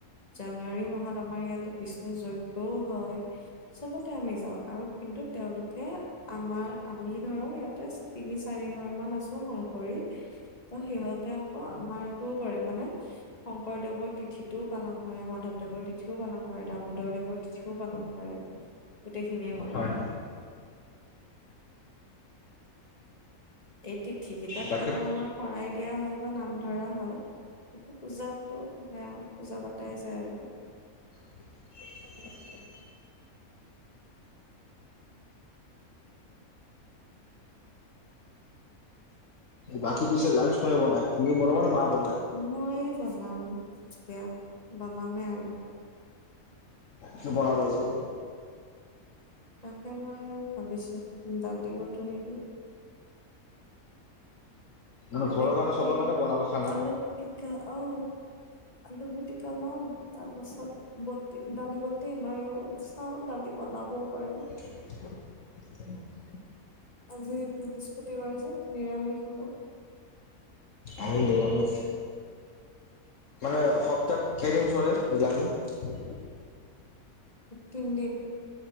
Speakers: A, on the left; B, on the left.
A: জানুৱাৰী মাহত আমাৰ ইয়াতে বিষ্ণু যজ্ঞও হয় চবতে আমি যাওঁ আৰু কিন্তু তেওঁলোকে আমাৰ আমি ধৰক ইয়াতে তিনি চাৰি ঘৰ মান আছো শংকৰী ত সিহঁতে আকৌ আমাৰটোও কৰে মানে শংকৰদেৱৰ তিথিটোও পালন কৰে মাধৱদেৱৰ তিথিও পালন কৰে দামোদৰদেৱৰ তিথিও পালন কৰে গোটেইখিনিয়ে কৰে
B: হয়
A: এই তিথি কেইটাত
B: বাকী
A: কেৱল আমাৰ শৰাই দিয়া হয় বা নাম ধৰা হয় পূজাতো সেয়া পূজা পতাই যায় আৰু
B: <unintelligible> বাকী পিছে লাঞ্চ কোনে বনাই তুমি বনাবানে মা বনাই
A: মই বনাম এতিয়া বনামেই আৰু
B: কি বনাবা আজি
A: তাকে মই ভাবিছোঁ দালি বোতো নিও নে
B: মানে
A: দালি
B: ঘৰৰ কাৰণে
A: সতি
B: চবৰ কাৰণে বনাবা খানা
A: আলু পিটিকা আহ আলু টিকা লম তাৰ পাছত বটিম দালি বটিম আৰু চাওঁ দালি বনাবও পাৰোঁ
B: <unintelligible>
A: আজি বৃহস্পতিবাৰ যে নিৰামিষ হব
B: আমি নিৰামিষ, মানে সপ্তাহত কেইদিন চলে নিৰামিষ
A: তিনি দিন